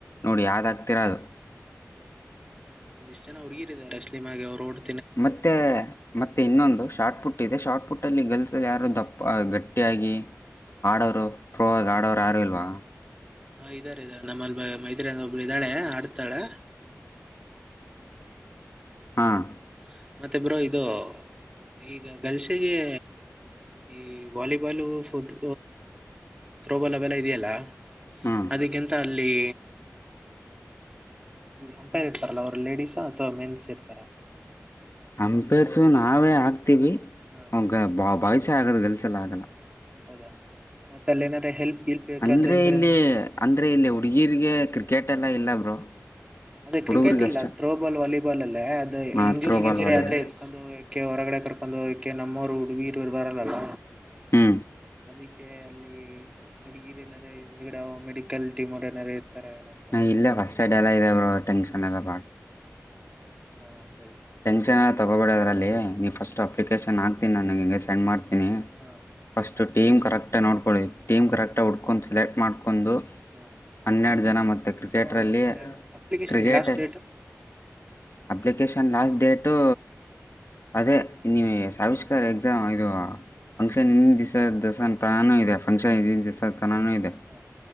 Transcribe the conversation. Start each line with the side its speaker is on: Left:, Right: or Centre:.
Left: ನೋಡಿ ಯಾವ್ದ ಹಾಕ್ತಿರಾ ಅದು
Right: ಎಷ್ಟ್ ಜನ ಹುಡುಗಿದಾರೆ <unintelligible> ಅವ್ರು ಓಡ್
Left: ಮತ್ತೆ ಮತ್ತೆ ಇನ್ನೊಂದು ಶಾರ್ಟ್ ಪುಟ್ ಇದೆ ಶಾರ್ಟ್ ಪುಟ್ ಟಲ್ಲಿ ಗರ್ಲ್ಸ್ ಯಾರು ದಪ್ಪ ಗಟ್ಟಿಯಾಗಿ ಆಡೋರು ಪ್ರ ಆಡೋರು ಯಾರು ಇಲ್ವಾ
Right: ಹಾ ಇದ್ದಾರೆ ಇದಾರೆ ನಮ್ಮಲ್ಲಿ ಮೈತ್ರಿಯಂದ ಒಬ್ ಇದ್ದಾಳೆ ಆಡ್ತಾಳೆ ಹ
Left: ಹಾಂ
Right: ಮತ್ತೆ ಬ್ರೋ ಇದು ಈಗ ಗರ್ಲ್ಸ್ಗೆ ಈ ವಾಲಿಬಾಲು ಫುಟ್ ಥ್ರೂ ಬಾಲ್ <unintelligible> ಇದೆಯಲ್ಲ
Left: ಹಾಂ
Right: ಅದಕ್ಕಿಂತ ಅಲ್ಲಿ ಅಂಪೈರ್ ಇರ್ತಾರಲ್ಲ ಅವರು ಲೇಡೀಸ್ ಅಥವಾ ಮೆನ್ಸ್ ಇರ್ತಾರೆ
Left: ಅಂಪೇರ್ಸು ನಾವೇ ಹಾಕ್ತಿೀವಿ
Right: ಹಾ
Left: ಒಗ ಬಾಬ ಬಾಯ್ಸ್ ಆಗೋದು ಅಲ್ಲ ಆಗಲ್ಲ
Right: ಹೌದಾ ಮತ್ತ ಅಲ್ಲಿ ನಾದ್ರೆ ಹೆಲ್ಪ್ ಗಿಲ್ಪ್ ಬೇಕಾದಂದ್ರೆ
Left: ಅಂದ್ರೆ ಇಲ್ಲಿ ಅಂದ್ರೆ ಇಲ್ಲಿ ಹುಡುಗಿರಿಗೆ ಕ್ರಿಕೆಟ್ ಎಲ್ಲ ಇಲ್ಲ ಬ್ರೋ
Right: ಅದೇ
Left: ಹುಡುಗರಿಗಷ್ಟೇ
Right: ಕ್ರಿಕೆಟ್ ಇಲ್ಲ ಥ್ರೋಬಾಲ್ ವಾಲಿಬಾಲ್ ಅಲ್ಲೇ ಅದೆ
Left: ಹಾಂ
Right: ಇಂಜುರಿ
Left: ತ್ರೋಬಾಲ್
Right: ಗಿನ್ಜುರಿ
Left: ವಾಲಿಬಾಲ್
Right: ಆದ್ರೆ ಎತ್ಕೊಂಡ್ ಹೋಗಕೆ ಹೊರ್ಗಡೆ. ಕರ್ಕೊಂಡು ಹೋಗಕೆ ನಮೋರೆ ಹುಡುಗೀರು ಬರಲಲ್ಲ
Left: ಹ್ಞೂ
Right: ಅಲ್ಲಿ ಹುಡುಗಿರಿ ಏನಾರ ಹಿಂದ್ಗಿಡ ಮೆಡಿಕಲ್ ಟೀಮ್ ಅವರು ಏನಾರ ಇರ್ತಾರ ಏನಂತ
Left: ಇಲ್ಲ ಫರ್ಸ್ಟ್ ಐ ಎಲ್ಲ ಇ ಟೆನ್ನ್ ಎಲ್ಲಾ
Right: ಹ್ಮ <inaudible>
Left: ಟೆನ್ ಏನ್ ತಗೋಬೇಡ ಅದರಲ್ಲಿ ನೀವು ಫಸ್ಟ್ ಅಪ್ಲಿಕೇಶನ್ ಹಾತೀನಿ ನನಗೆ ಸಂಡ್ ಮಾಡ್ತೀನಿ
Right: ಹಾ
Left: ಫಸ್ಟ್ ಟೀಮ್ ಕರೆಕ್ಟ್ ನೋಡ್ಕೊಳ್ಳಿ ಟೀಮ್
Right: ಹಾ
Left: ಕರೆಕ್ಟ್ ಹುಡ್ಕೊಂಡು ಸೆಲೆಕ್ಟ್ ಮಾಡ್ಕೊಂಡು ಒಂದು
Right: ಹಾ
Left: ಹನ್ನೆರಡು ಜನ ಮತ್ತು ಕ್ರಿಕೆಟರಲ್ಲಿ
Right: ಬ್ರೋ ಮತ್ತೆ application
Left: cricket
Right: last date <inaudible>
Left: application last date ಅದೇ ನೀವು ಸಾವಿಸಕ ಸರ್ ಎಕ್ಸಾಮ್ ಇದು ಫಂಕ್ಷನ್ ಇನ್ನ ದಿವಿಸದ ದಸ ತನಾನೂ ಇದೆ ಫಂಕ್ಷನ್ ಇಿನ ದಿವಿಸದ ತನಾನು ಇದೆ
Right: ಹಾ